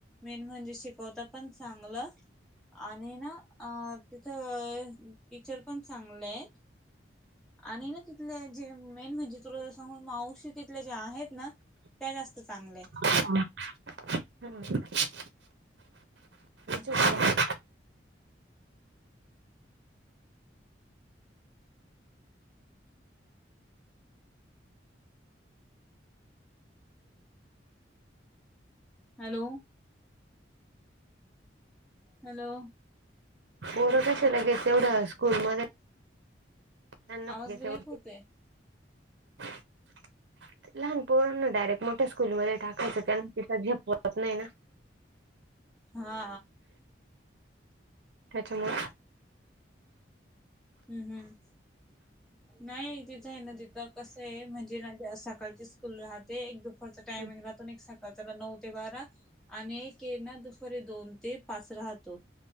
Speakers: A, in the centre; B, on the right.
A: मेन म्हणजे शिकवता पण चांगलं आणि ना अ तिथ टीचर पण चांगलेय आणि ना तिथले जे मेन म्हणजे तु सांगून मावशी तथल्या ज्या आहेत ना त्या जास्त चांगल्या आहेत.
B: <unintelligible>
A: <unintelligible>
B: हा
A: हॅलो. हॅलो.
B: पोरं कश लगेच तेवढं स्कूलमध्ये <unintelligible>
A: आवाज ब्रेक होतोय
B: लहान पोराना डायरेक्ट मोठ्या स्कूलमध्ये टाकायचं त्यांना तिथं झेपवत नाही ना.
A: हा.
B: त्याच्यामुळे
A: हम्म हम्म. नाही तिथं आहे ना तिथं कसं आहे म्हणजे सकाळची स्कूल राहते एक दो च
B: हम्म
A: टामिंग राहतो आण एक स त्याला नऊ ते बारा आणि एके ना दुपारी दोन ते पाच राहतो.